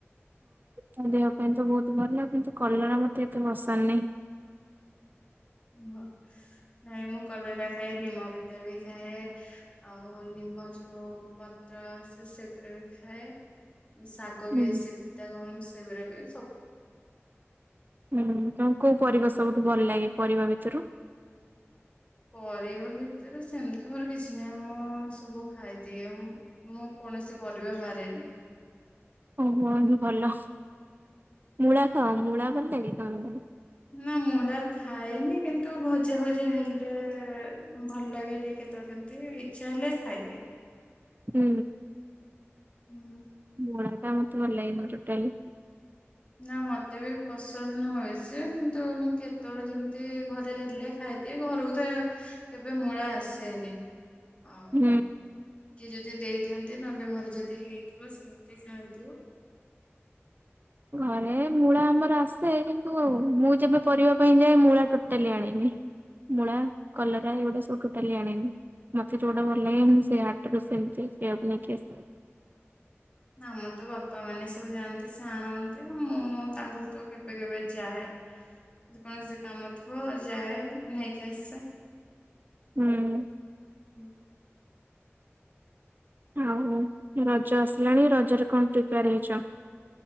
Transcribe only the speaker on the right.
ହଁ ଦେହ ପାଇଁ ତ ବହୁତ୍ ଭଲ କିନ୍ତୁ କଲରା ମତେ ଏତେ ପସନ୍ଦ ନାହିଁ।
ହୁଁ।
ହୁଁ ତ କୋଉ କୋଉ ପରିବା ସବୁଠୁ ଭଲ ଲାଗେ ପରିବା ଭିତରୁ?
ଓ ହୋ ଭଲ ମୂଳା ତ ମୂଳା ଭଲ ଲାଗେ ତମକୁ?
ହୁଁ
ମୂଳା ଟା ମତେ ଭଲ ଲାଗେନି ଟୋଟାଲି।
ହୁଁ।
ଘରେ ମୂଳା ଆମର ଆସେ କିନ୍ତୁ ମୁଁ ଯେବେ ପରିବା ପାଇଁ ଯାଏ ମୂଳା ଟୋଟାଲି ଆଣିନି। ମୁଳା କଲରା ଏଉଡ଼ା ସବୁ ଟୋଟାଲି ଆଦେନି। ମତେ ଯୋଉଟା ଭଲ ଲାଗେ ମୁଁ ସେ ହାଟରୁ ସେମିତି ସେଆକୁ ନେଇକି ଆସେ।
ହୁଁ।
ଆଉ ରଜ ଆସିଲାଣି ରଜରେ କଣ ପ୍ରିପେୟାର ହେଇଛ।